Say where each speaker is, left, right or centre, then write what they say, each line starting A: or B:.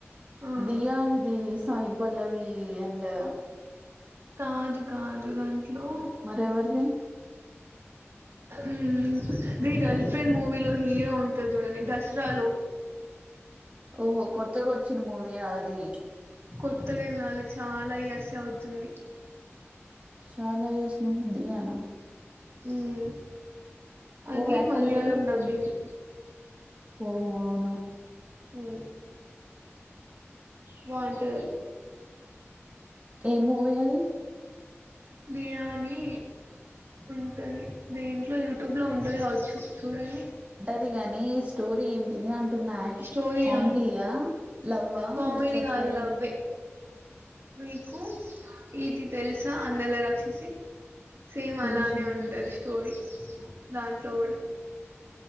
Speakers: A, on the right; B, on the right.
A: ఆ
B: దియా ఇదిస్ సాయి పల్లవి అండ్
A: కాదు కాదు దాంట్లో
B: మరెవరిది
A: ఉమ్మ్ అది గర్ల్ ఫ్రెండ్ మూవీలో హీరో ఉంటడ్ చూడండి దస్రాలో.
B: ఓహో కొత్తగా వచ్చిన మూవీయా అది.
A: కొత్తగా ఏం రాలే చాలా ఇయర్సె అవుతుంది.
B: చాలా ఇయర్స్ ముందు దియానా
A: ఉమ్మ్
B: కో
A: అది
B: యాక్టర్
A: మలయాళం
B: ఎవరు
A: డబ్బింగ్
B: ఓహో అవునా
A: హ్మ్మ్ బావుంటదది.
B: ఏ మూవీ అది
A: బియానీ ఉంటంది దీట్లో యూట్యూబ్ లో ఉంటంది గావచ్చు చూడు అది
B: ది గానీ స్టోరీ ఏంటిది అ ట్టునా యాక్షన్
A: స్టోరీయా
B: కామెడియా లవ్వా
A: కామెడీ
B: లేపొతే
A: కాదు లవ్వే మీకు ఇది తెలుస అందాల రాక్షసి సేమ్
B: తెలుసు
A: అలానే ఉంటది స్టోరీ దాంట్లో గూడా